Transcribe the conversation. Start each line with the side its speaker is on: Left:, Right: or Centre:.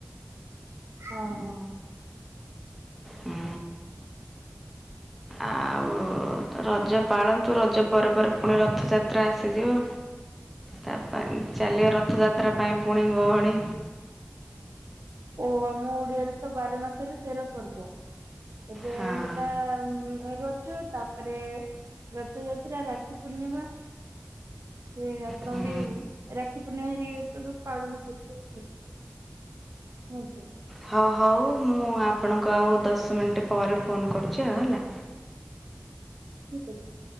Right: ହଁ ହଁ
Centre: ହୁଁ ଆଉ ତ ରଜ ପାଳନ୍ତୁ ରଜ ପରେ ପରେ ପୁଣି ରଥଯାତ୍ରା ଆସିଯିବ ତାପ ଚାଲିବ ରଥଯାତ୍ରା ପାଇଁ ପୁଣି ଗହଳି
Right: ଓ ଆମ ଓଡିଆରେ ତ ବାର ମାସରେ ତେର ପର୍ବ ଏବେ
Centre: ହଁ।
Right: ହେଲା ରଜ ତାପରେ ରଥଯାତ୍ରା ରାକ୍ଷୀ ପୂର୍ଣ୍ଣିମା ସେ ଆପଣ
Centre: ହୁଁ
Right: ବି ରାକ୍ଷୀ ପୂର୍ଣ୍ଣିମା ହେରିକି ତ ସବୁ ପାଳନ କରୁଥିବେ ହୁଁ ହ
Centre: ହଉ ହଉ ମୁଁ ଆପଣଙ୍କୁ ଆଉ ଦଶ ମିନିଟ୍ ପରେ ଫୋନ୍ କରୁଛି ଆଉ ହେଲା
Right: ଠିକ ଅଛି